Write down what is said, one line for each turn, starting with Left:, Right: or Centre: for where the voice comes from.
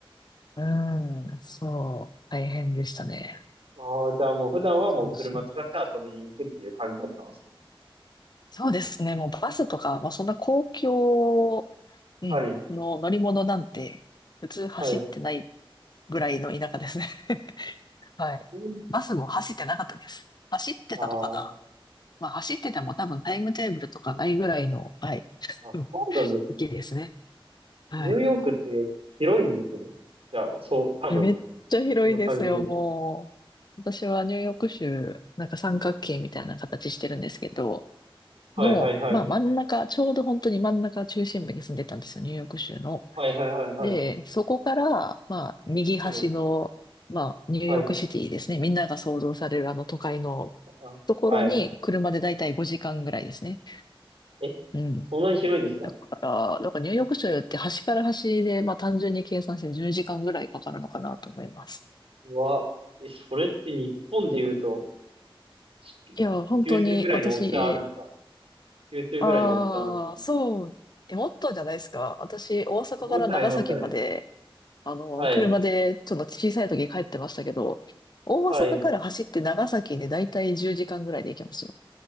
Left: うん、そう、大変でしたね。
Right: ああ、じゃあもう普段はもう車使って遊びに行くっていう感じだったんですね。
Left: そうそう。そうですね。もうバスとか、まあ、そんな公共、うん、
Right: はい、
Left: の乗り物なんて、普通走ってない
Right: はい。
Left: ぐらいの田舎ですね。はい。
Right: あ
Left: バスも走ってなかったです。走ってたのかな
Right: あ
Left: まあ走ってても多分タイムテーブルとかないぐらいの、はい、<laughs>
Right: あ、
Left: うん
Right: そうなんですね。
Left: 域ですね。はい。
Right: ニューヨークって広いんですね。じゃあ、そう、多分、
Left: いや、めっちゃ広いですよ、
Right: この感じで言うと。
Left: もう。私はニューヨーク州、なんか三角形みたいな形してるんですけど、
Right: はいはいはい。
Left: の、まあ真ん中、ちょうど本当に真ん中中心部に住んでたんですよ、ニューヨーク州の。
Right: はいはいはいはい。
Left: で、そこから、まあ右端の、
Right: はい。
Left: まあニューヨークシティですね。
Right: はい。い
Left: みんなが想像されるあの都会の
Right: あ、
Left: ところに車でだいたい5時間ぐらいですね。
Right: あはい。え、
Left: うん。
Right: そんなに広いんですか
Left: だから、だからニューヨーク州って端から端で、まあ単純に計算して10時間ぐらいかかるのかなと思います。
Right: うわ、え、それって日本で言うと、し
Left: いや、本当に私、
Right: 九州ぐらいの大きさあるんですか九州ぐらいの大きさなんですかね。
Left: ああ、そう、え、もっとじゃないですか。私、大阪から長崎まで、
Right: もうちょいありますかね。
Left: あの、
Right: はい。
Left: 車でちょっと小さい時帰ってましたけど、大阪から走って長崎でだいたい10時間ぐらいで行けますよ。
Right: はい。